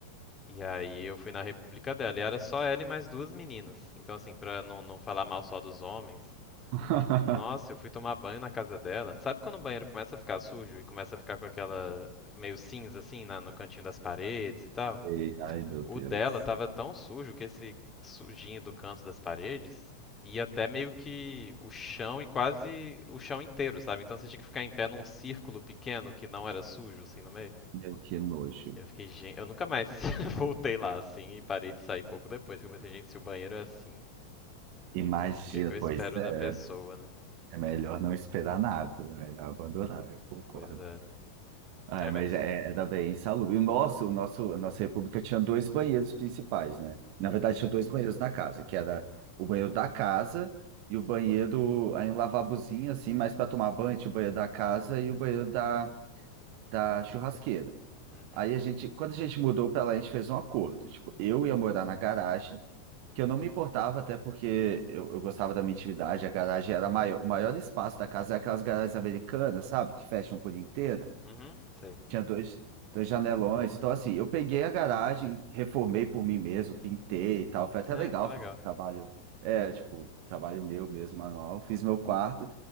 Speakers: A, on the left; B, on the right.
A: E aí eu fui na república dela e era só ela e mais duas meninas. Então assim, pra não, não falar mal só dos homens,
B: <laughs>
A: nossa, eu fui tomar banho na casa dela. Sabe quando o banheiro começa a ficar sujo e começa a ficar com aquela meio cinza assim na- no cantinho das paredes e tal?
B: E, ai, meu
A: O
B: Deus,
A: dela tava tão sujo que esse sujinho do canto das paredes ia até meio que o chão e quase o chão inteiro, sabe? Então você tinha que ficar em pé num círculo pequeno que não era sujo assim no meio.
B: meu, que nojo.
A: Eu fiquei, gente, eu nunca mais <laughs> voltei lá assim e parei de sair pouco depois. que Eu pensei, gente, se o banheiro é assim, o
B: Imagina,
A: que, que que eu espero
B: pois é,
A: da pessoa, né?
B: é melhor não esperar nada, é melhor abandonar, eu concordo.
A: Pois é.
B: Ah,
A: Ai,
B: mas
A: mas.
B: é, era bem insalubre. E o nosso, o nosso, a nossa república tinha dois banheiros principais, né? Na verdade, tinha dois banheiros na casa, que era o banheiro da casa e o banheiro, aí um lavabozinho, assim, mais para tomar banho, tinha o banheiro da casa e o banheiro da, da churrasqueira.
A: Uhum.
B: Aí a gente, quando a gente mudou pra lá, a gente fez um acordo. Tipo, eu ia morar na garagem, que eu não me importava, até porque eu, eu gostava da minha intimidade, a garagem era maior, o maior espaço da casa, é aquelas garagens americanas, sabe? Que fecham por inteira.
A: Uhum, sei.
B: Tinha dois, dois janelões. Então, assim, eu peguei a garagem, reformei por mim mesmo, pintei e tal. Foi até
A: É,
B: legal
A: que legal.
B: fazer um trabalho, é, tipo, trabalho meu mesmo, manual. Fiz meu quarto.